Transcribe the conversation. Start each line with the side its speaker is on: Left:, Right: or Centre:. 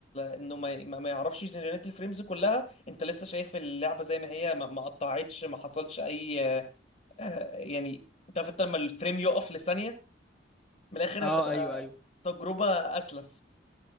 Left: انه ما ما ما يعرفش يجنريت الفريمز كلها انت لسه شايف اللعبه زي ما هي ما ما قطعتش ما حصلش اي آه، آه، يعني انت عارف انت لما الفريم يقف لثانيه من الاخر
Centre: اه
Left: هتبقى
Centre: ايوه ايوه
Left: تجربه اسلس